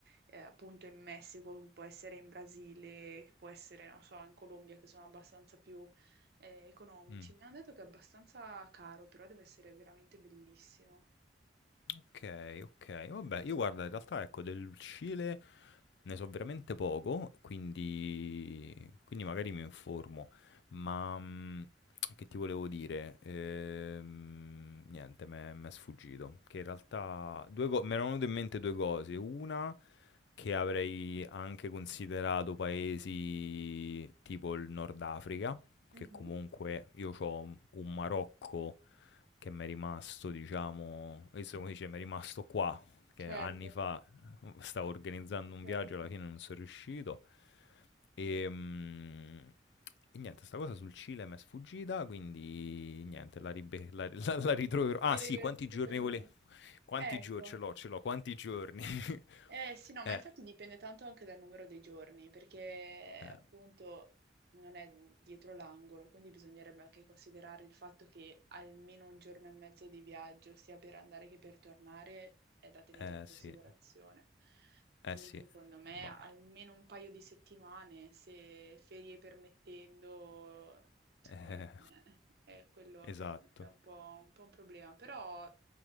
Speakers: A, on the right; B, on the left.
A: eh, appunto in Messico, che può essere in Brasile, che può essere, non so, in Colombia, che sono abbastanza più eh, economici.
B: mh.
A: Mi hanno detto che è abbastanza caro, però deve essere veramente bellissimo.
B: Okay, okay. Vabbè, io guarda in realtà ecco del Cile Ne so veramente poco, quindi, quindi magari mi informo. Ma mm, che ti volevo dire? Ehm, niente, mi è sfuggito. Che in realtà due co- mi erano venute in mente due cose. Una che avrei anche considerato paesi tipo il Nord Africa,
A: Mhm.
B: che comunque io ho un Marocco che m'è rimasto diciamo questo come dice, m'è rimasto qua, che
A: Certo,
B: anni fa eh, stavo organizzando un
A: certo.
B: viaggio, alla fine non son riuscito. Ehm, e niente, 'sta cosa sul Cile m'è sfuggita, quindi niente, la ribe la la la ritroverò. Ah
A: Sì,
B: sì,
A: ragazzi,
B: quanti
A: ritornano.
B: giorni vole quanti
A: Ecco,
B: gio ce l'ho, ce l'ho, quanti giorni. <laughs>
A: eh sì, no,
B: Eh,
A: ma infatti dipende tanto anche dal numero dei giorni, perché
B: eh,
A: appunto non è dietro l'angolo, quindi bisognerebbe anche considerare il fatto che almeno un giorno e mezzo di viaggio, sia per andare che per tornare, è da tenere
B: eh
A: in considerazione.
B: sì,
A: Quindi
B: eh sì,
A: secondo me
B: ma
A: almeno un paio di settimane, se ferie permettendo, secondo
B: eh,
A: me è quello
B: <laughs> esatto.
A: poi diventa un po', un po' un problema, però